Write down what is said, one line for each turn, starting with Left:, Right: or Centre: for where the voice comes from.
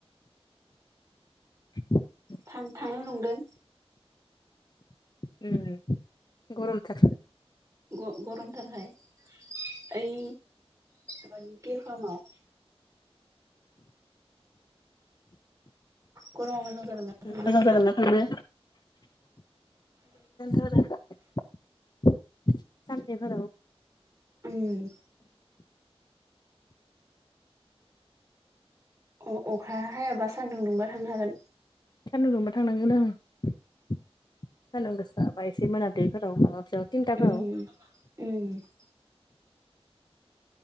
Left: <inaudible>
Right: थां थांनो नंदों।
Left: उम गरमनि थाखार
Right: ग गरम थारखाय। ओइ मानिखे <unintelligible>
Left: <inaudible> <unintelligible> <unintelligible>
Right: गरमा मोजां जागोन ना थांनो
Left: मोजां जागोनथ' आरो। <unintelligible> सानदे फोराव
Right: ओम अ अखा हायाबा सान्दुं दुंबा थांनो हागोन।
Left: सानदुं दुंबा थांनांगोन ओं। सानदुं गोसाबा एसे मोनाबिलिफोराव माबाफोराव तिनथाफोराव
Right: उम <inaudible>